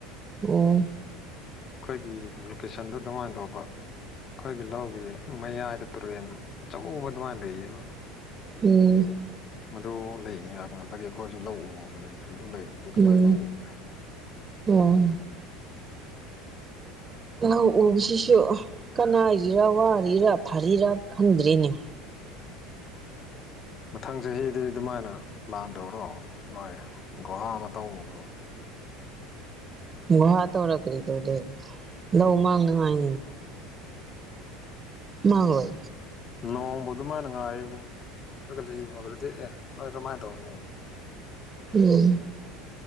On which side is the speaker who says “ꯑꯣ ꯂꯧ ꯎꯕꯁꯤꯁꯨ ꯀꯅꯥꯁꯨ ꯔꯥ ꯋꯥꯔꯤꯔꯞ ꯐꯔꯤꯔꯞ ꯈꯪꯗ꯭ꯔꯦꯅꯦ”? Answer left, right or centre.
Right